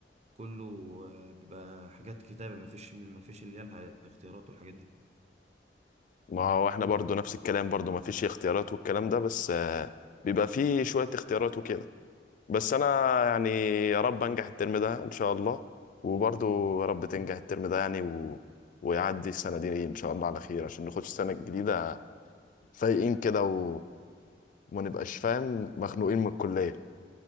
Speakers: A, on the right; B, on the left.
A: كله آه، بيبقى حاجات كتابة مفيش مفيش اللي هي الاختيارات والحاجات دي
B: ما هو احنا برضه نفس الكلام برضه ما فيش اختيارات والكلام ده بس آه، بيبقى فيه شويه اختيارات وكده بس انا يعني يا رب انجح الترم ده ان شاء الله وبرضه يا رب تنجح الترم ده يعني و... ويعدي السنه دي ان شاء الله على خير عشان نخش السنه الجديده فايقين كده و... وما نبقاش فاهم مخنوقين من الكلية